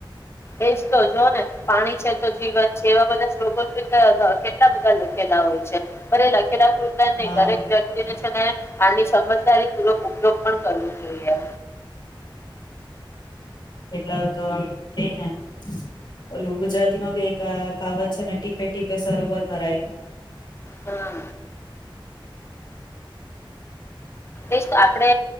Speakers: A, on the left; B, on the left.
A: એજ તો જો ને પાણી છે તો જીવન છે એવા બધા શ્લોગ કેટલા અ કેટલા બધા લખેલા હોય છે પર એ ખે પૂતા <unintelligible> નહી
B: હા
A: દરેક વ્યક્તિને છે <inaudible> આની સમજદારી પૂર્વક ઉપયોગ પણ કરવો જોઈએ
B: કેટલા તો આમ કઈ ને ઓલું ગુજરાતીમાં બી એક કાવત છે ને ટીપે ટીપે સરોવર ભરાય
A: હા એજ તો આપડે